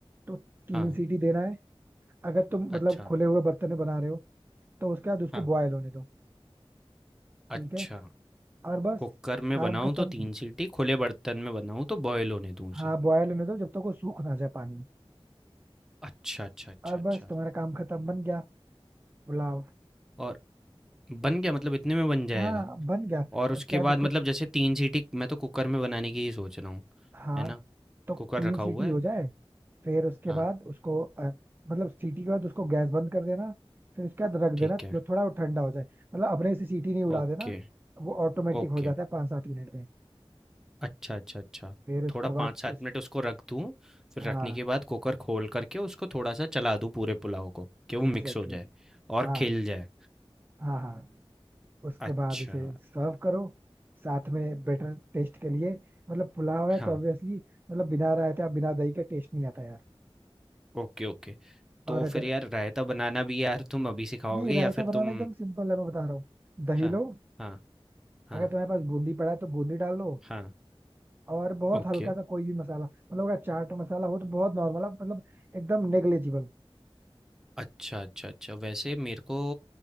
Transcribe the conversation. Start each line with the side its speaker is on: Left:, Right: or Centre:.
Right: तो तीन
Centre: हाँ,
Right: सीटी देना है अगर तुम मतलब
Centre: अच्छा,
Right: खुले हुए बर्तन में बना रहे हो तो उसके बाद उसको
Centre: हाँ,
Right: बॉयल होने दो ठीक
Centre: अच्छा।
Right: है और बस
Centre: कुकर में
Right: काम
Centre: बनाऊँ
Right: खत्म
Centre: तो 3 सीटी, खुले बर्तन में बनाऊँ तो बॉयल होने दूँ उसे।
Right: हाँ बॉयल होने दो जब तक वो सूख ना जाए पानी
Centre: अच्छा, अच्छा, अच्छा,
Right: और बस
Centre: अच्छा
Right: तुम्हारा काम खत्म बन गया पुलाव
Centre: और बन गया मतलब इतने में बन जाएगा?
Right: हाँ बन गया
Centre: और उसके
Right: उसके बाद
Centre: बाद
Right: उसको
Centre: मतलब जैसे 3 सीटी मैं तो कुकर में बनाने की ही सोच रहा हूँ,
Right: हाँ
Centre: है ना?
Right: तो
Centre: कुकर
Right: तीन
Centre: रखा
Right: सीटी
Centre: हुआ है?
Right: हो जाए फिर उसके
Centre: हाँ,
Right: बाद उसको अ, मतलब सीटी के बाद उसको गैस बंद कर देना फिर उसके बाद रख
Centre: ठीक
Right: देना
Centre: है।
Right: जो थोड़ा वो ठंडा हो जाए मतलब अपने से सीटी नहीं उड़ा
Centre: Okay,
Right: देना वो ऑटोमेटिक
Centre: okay.
Right: हो जाता है पाँच सात मिनट में
Centre: अच्छा, अच्छा, अच्छा।
Right: फिर उसके
Centre: थोड़ा 5-7
Right: बाद उस
Centre: मिनट उसको रख दूँ, फिर
Right: हाँ
Centre: रखने के बाद कुकर खोल कर के उसको थोड़ा-सा चला दूँ पूरे पुलाव को, कि वो
Right: एग्जैक्टली
Centre: मिक्स हो जाए
Right: exactly.
Centre: और
Right: हाँ
Centre: खिल जाए।
Right: हाँ हाँ उसके
Centre: अच्छा,
Right: बाद उसे सर्व करो साथ में बेटर टेस्ट के लिए मतलब पुलाव है
Centre: हाँ।
Right: तो ऑब्वियसली मतलब बिना रायता बिना दही का टेस्ट नहीं आता यार
Centre: Okay, okay.
Right: और
Centre: तो
Right: अगर
Centre: फिर यार रायता बनाना भी यार तुम अभी सिखाओगे
Right: नहीं रायता
Centre: या फिर
Right: बनाना
Centre: तुम
Right: एकदम सिंपल है मैं बता रहा हूँ दही
Centre: हाँ,
Right: लो
Centre: हाँ, हाँ,
Right: अगर तुम्हारे पास बूंदी पड़ा है तो बूंदी डाल लो
Centre: हाँ।
Right: और बहुत
Centre: ओके।
Right: हल्का सा कोई भी मसाला मतलब अगर चाट मसाला हो तो बहुत नॉर्मल मतलब एकदम नेग्लेजिबल
Centre: अच्छा, अच्छा, अच्छा। वैसे मेरे को